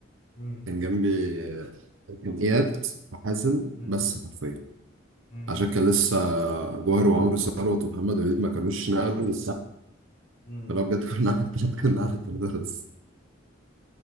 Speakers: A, on the left; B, on the right.
A: امم
B: كان جنبي آه، كان اياد وحازم
A: امم
B: بس حرفيا
A: امم
B: عشان كان لسه جوهر وعمرو ثروت ومحمد وليد ما كانوش نقلوا
A: امم
B: فلو بجد كنا على التلاتة كنا على التلاتة بس